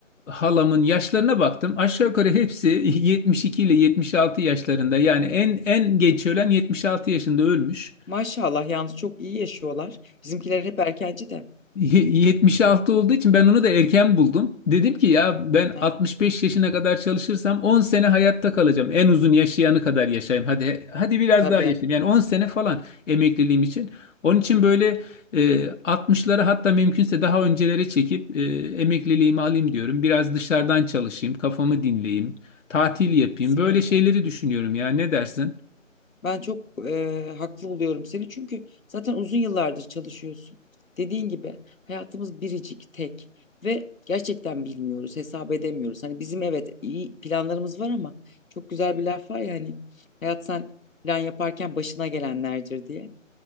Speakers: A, on the left; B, on the left.
A: halamın yaşlarına baktım. Aşağı yukarı hepsi <laughs> 72 ile 76 yaşlarında. Yani en en geç ölen 76 yaşında ölmüş.
B: Maşallah yalnız çok iyi yaşıyorlar. Bizimkiler hep erkenci de.
A: 76 olduğu için ben onu da erken buldum. Dedim ki ya ben
B: Heh,
A: 65 yaşına kadar çalışırsam 10 sene hayatta kalacağım. En uzun yaşayanı kadar yaşayayım. Hadi hadi biraz
B: tabii.
A: daha yaşayayım. Yani 10 sene falan emekliliğim için. Onun için böyle e, 60'ları hatta mümkünse daha öncelere çekip e, emekliliğimi alayım diyorum. Biraz dışarıdan çalışayım, kafamı dinleyeyim, tatil yapayım.
B: Kesinlikle.
A: Böyle şeyleri düşünüyorum ya. Ne dersin?
B: Ben çok eee, haklı buluyorum seni çünkü zaten uzun yıllardır çalışıyorsun. Dediğin gibi hayatımız biricik, tek ve gerçekten bilmiyoruz, hesap edemiyoruz. Hani bizim evet iyi planlarımız var ama çok güzel bir laf var ya hani hayat sen plan yaparken başına gelenlerdir diye